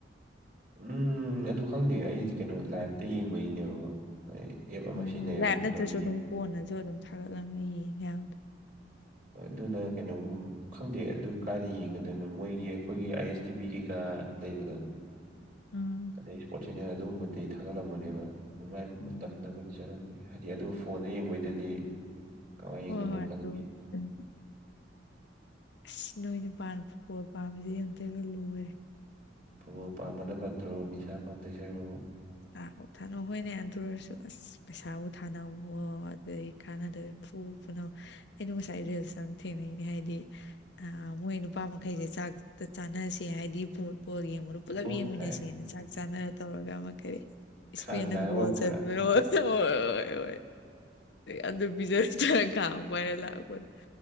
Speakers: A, on the right; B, on the left.
A: ꯎꯝ ꯑꯗꯨ ꯈꯪꯗꯦ ꯑꯩꯗꯤ ꯀꯩꯅꯣ ꯂꯥꯏꯞꯇ ꯌꯦꯡꯕꯩꯅꯦꯕꯀꯣ ꯑꯩ ꯑꯦꯞ ꯑꯃ
B: ꯎꯝ
A: ꯁꯤꯖꯤꯟꯅꯩꯌꯦꯕ
B: ꯂꯥꯏꯞ
A: ꯑꯗꯨ
B: ꯅꯠꯇ꯭ꯔꯁꯨ
A: ꯇꯧꯔ
B: ꯑꯗꯨꯝ
A: ꯌꯦꯡꯕ
B: ꯀꯣꯟꯅꯁꯨ ꯑꯗꯨꯝ ꯊꯥꯒꯠꯂꯕꯅꯤꯅ ꯌꯦꯡ ꯌꯥꯕꯗꯣ
A: ꯍꯣꯏ ꯑꯗꯨꯅ ꯀꯩꯅꯣꯒꯨꯝ ꯈꯪꯗꯦ ꯑꯗꯨ ꯀꯥꯏꯗ ꯌꯦꯡꯒꯗꯣꯏꯅꯣ ꯃꯣꯏꯒꯤ ꯑꯩꯈꯣꯏꯒꯤ ꯑꯥꯏ ꯑꯦꯁ ꯇꯤ ꯚꯤ ꯀꯩꯀꯥ ꯂꯩꯕꯗꯣ
B: ꯎꯝ
A: ꯑꯗꯩ ꯏꯁꯄꯣꯔꯠꯁꯤꯅꯦ ꯑꯗꯨꯒꯨꯝꯕꯗꯤ ꯊꯥꯒꯠꯂꯝꯕꯅꯦꯕ ꯑꯗꯨꯥꯏ
B: ꯎꯝ
A: ꯃꯇꯝꯗꯕꯨ ꯆꯔꯝꯃꯦꯦ ꯍꯥꯏꯗꯤ ꯑꯣ ꯐꯣꯟꯗ ꯌꯦꯡꯕꯩꯗꯗꯤ ꯀꯃꯥꯏꯅ ꯌꯦꯡꯗꯣꯏꯅꯣ
B: ꯍꯣꯏ ꯍꯣꯏ ꯑꯗꯨ
A: ꯈꯪꯗꯦ
B: ꯑꯗꯨꯣ ꯑꯁ ꯅꯣꯏꯅ ꯄꯥꯟꯕ ꯄꯣꯠ ꯄꯥꯝꯕꯗꯤ ꯑꯝꯇꯕ ꯂꯣꯏꯔꯦ
A: ꯐꯨꯠꯕꯣꯜ ꯄꯥꯝꯕꯅ ꯐꯠꯇ꯭ꯔꯣ ꯅꯤꯁꯥ ꯄꯥꯝꯗꯣꯏꯁꯔꯣ
B: ꯥ ꯊꯥꯅꯣ ꯍꯣꯏꯅꯦ ꯑꯗꯨ ꯑꯣꯏꯔꯁꯨ ꯑꯁ ꯄꯩꯁꯥꯕꯨ ꯊꯥꯅꯋꯣ ꯑꯗꯨ ꯀꯥꯟꯅꯗꯣꯏ ꯐꯨ ꯐꯨꯅꯧ ꯑꯩꯅ ꯉꯁꯥꯏ ꯔꯤꯜꯁ ꯑꯃ ꯊꯦꯡꯉꯏꯅꯦ ꯍꯥꯏꯗꯤ ꯑ ꯃꯣꯏ ꯅꯨꯄꯥ ꯃꯈꯩꯁꯦ ꯆꯥꯛꯇ ꯆꯥꯅꯁꯦ ꯍꯥꯏꯗꯤ ꯐꯨꯠꯕꯣꯜ ꯌꯦ ꯑꯩꯉꯣꯟꯗ ꯄꯨꯂꯞ
A: ꯑꯣ
B: ꯌꯦꯡꯃꯤꯟꯅꯁꯦꯅ
A: ꯍꯥꯏ
B: ꯆꯥꯛ ꯆꯥꯅꯔ ꯇꯧꯔꯒ ꯑꯃꯛ ꯏꯁꯄ
A: ꯈꯥꯡ
B: ꯅ
A: ꯊꯥꯡꯉ
B: ꯣ
A: ꯄꯨꯔꯛꯄꯗꯨꯔꯥ
B: ꯆꯠ ꯍꯣꯏꯣꯏ ꯑꯗꯨ ꯄꯤꯖꯔ ꯆꯠꯂ ꯈꯥꯡ ꯄꯥꯏꯔ ꯂꯥꯛꯄꯗꯣ